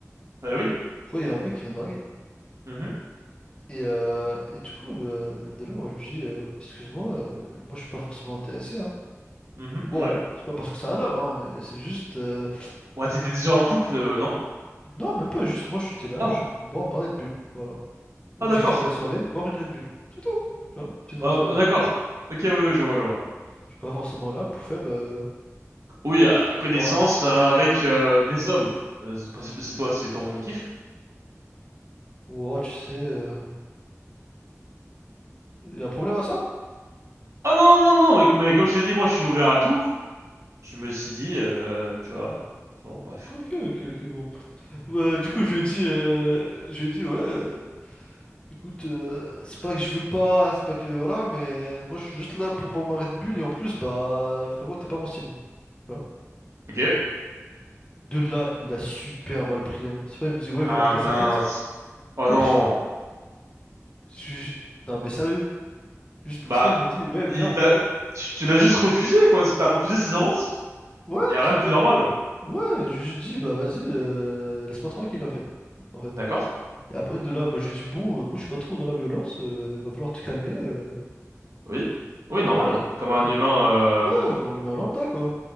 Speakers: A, on the right; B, on the left.
A: bah oui.
B: Pourquoi il y a un mec qui vient me draguer?
A: Mhm.
B: Et, euh, et du coup, le- de là, moi, je me dis, euh, excuse-moi, euh, mais moi, je suis pas forcément intéressé. Hein.
A: Mhm.
B: Bon,
A: Ouais.
B: c'est pas parce que c'est un homme, hein, mais c'est juste. euh,
A: Ouais, t'étais déjà en couple, euh, non?
B: Non, même pas juste, moi, j'étais là,
A: Ah,
B: juste pour boire ma Red Bull. Voilà. Objectif
A: ah d'accord.
B: de la soirée, boire une Red Bull. C'est tout. Tu vois, petite vodka
A: Ah,
B: Red
A: ah, d'accord.
B: Bull.
A: Ok, oui, oui, je vois, je vois.
B: Je suis pas forcément là pour faire. euh,
A: Oui, euh, connaissance
B: Voilà.
A: euh, avec euh, des hommes. Euh, c'est pas- c'est c'est toi, c'est ton kiff?
B: Oh, tu sais, euh, il y a un problème à ça?
A: Ah non, non, non, mais, mais comme je t'ai dit, moi je suis ouvert à tout. Je me suis dit, euh, tu vois, enfin bref.
B: Ok, ok, ok, bon. Bah, du coup, je lui ai dit, euh, je lui ai dit, ouais, euh, écoute, euh, c'est pas que je veux pas, c'est pas que voilà, mais moi je suis juste là pour bombarder de bulles et en plus, bah frérot, t'es pas mon style. tu vois.
A: Ok.
B: De là, il l'a super mal pris. Hein. C'est pas, il me dit, ouais,
A: Ah
B: viens, on casse
A: mince.
B: un tête.
A: Oh
B: Ouais,
A: non.
B: je, je- non, mais sérieux, juste pour
A: Bah,
B: ça, il m'a dit, ouais,
A: il
B: viens, on
A: t'a,
B: fait-
A: tu, tu l'as juste refusé, quoi. T'as refusé ses avances.
B: Ouais,
A: Y a
B: c'est
A: rien de
B: tout.
A: plus normal.
B: Ouais, je lui ai dit, bah vas-y, euh, laisse-moi tranquille, en fait. En fait.
A: D'accord?
B: Et après, de là, moi j'ai dit, bon, euh, moi je suis pas trop dans la violence, euh, va falloir te calmer. euh.
A: Oui. Oui, normal.
B: Après.
A: Comme
B: Après,
A: un humain, euh...
B: Ouais, comme un humain lambda, quoi.